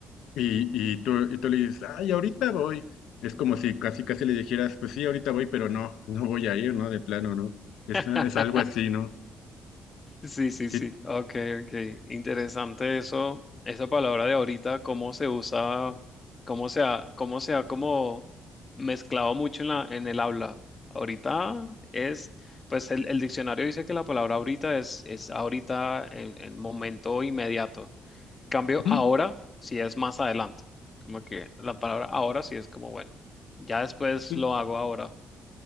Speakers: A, on the left; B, on the left.
A: y, y tú, y tú le dices, ay, ahorita voy. Es como si casi casi le dijeras, pues sí, ahorita voy, pero no, no voy a ir, ¿no? De plano, ¿no? Es,
B: <laughs>
A: es algo así, ¿no?
B: Sí, sí,
A: Sí.
B: sí. Ok, ok. Interesante eso. Esa palabra de ahorita, cómo se usa, cómo se ha, cómo se ha como mezclado mucho en la, en el habla. Ahorita es, pues el, el diccionario dice que la palabra ahorita es, es ahorita en, en momento inmediato. Cambio
A: Ujú.
B: ahora si es más adelante. Como que la palabra ahora sí es como, bueno, ya después
A: Sí,
B: lo hago ahora.